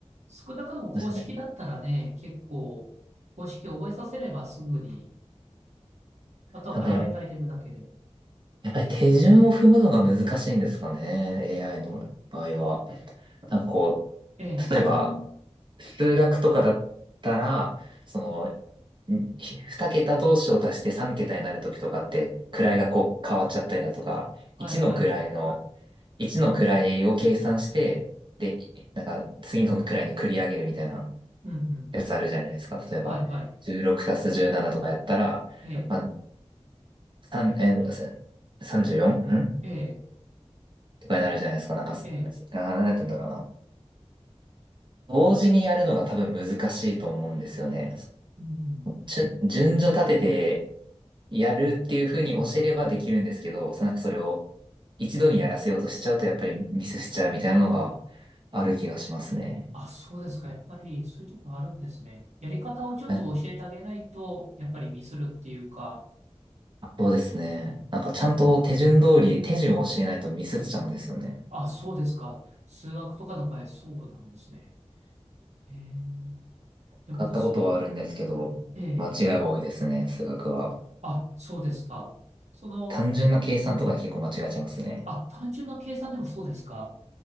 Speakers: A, on the right; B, on the right.
A: 少なくとも公式だったらね、
B: そしてね、
A: 結構、公式覚えさせればすぐに、あとはパラメータ入れるだけで。
B: なんかや、やっぱり手順を踏むのが難しいんですかね。AI の場合は。なんかこ
A: ええ、
B: う、例えば数学とかだったら、そのうん二桁同士を足して三桁になるときとかって、位がこう変わっちゃったりだとか、
A: はいはい。
B: 一の位の、一の位を計算して、で、なんか次の位に繰り上げるみたいな
A: うんうん。
B: やつあるじゃないですか。例えば、
A: はいはい。
B: 16足す17とかやったら、
A: ええ、
B: まあ、3、えー、34? んじゅうよんん
A: ええ、
B: とかになるじゃないですか。なんか、あー、
A: ええ。
B: なんやって言うんだろうな。同時にやるのが多分難しいと思うんですよね。
A: ここ、うんうん。
B: 順順序立ててやるっていうふうに教えればできるんですけど、なんかそれを一度にやらせようとしちゃうとやっぱりミスしちゃうみたいなのがある気がしますね。
A: あ、そうですか。やっぱりそういうところあるんですね。やり方をちょっと教えてあげないと、
B: うん
A: やっぱりミスるっていうか、
B: そうですね。なんかちゃんと手順通り、手順を教えないとミスっちゃうんですよね。
A: あ、そうですか。数学とかの場合、そうなんですね。えー、じゃあまだそこは、
B: 買ったことはあるんですけど、
A: ええ
B: 間違いは多いですね、数学は。
A: あ、そうですか。その、
B: 単純な計算とかで結構間違えちゃいますね。
A: うん。あ、単純な計算でもそうですか。